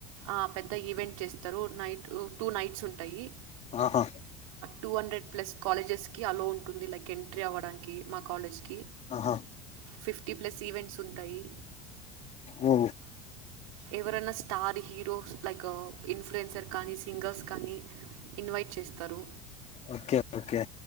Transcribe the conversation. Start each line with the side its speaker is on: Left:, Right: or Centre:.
Right: ఆ పెద్ద ఈవెంట్ చేస్తారు నైట్ టూ నైట్స్ ఉంటాయి
Left: ఆహా
Right: టూ హండ్రెడ్ ప్లస్ కాలేజెస్ కి అల్లఓ ఉంటుంది లైక్ ఎంట్రీ అవ్వడానికి మా కాలేజ్ కి
Left: ఆహా
Right: ఫిఫ్టీ ప్లస్ ఈవెంట్స్ ఉంటాయి
Left: ఓ
Right: ఎవరన్నా స్టార్ హీరోస్ లైక్ ఇన్ఫ్లుయెన్సర్ కానీ సింగర్స్ కానీ ఇన్వైట్ చేస్తారు.
Left: Okay okay.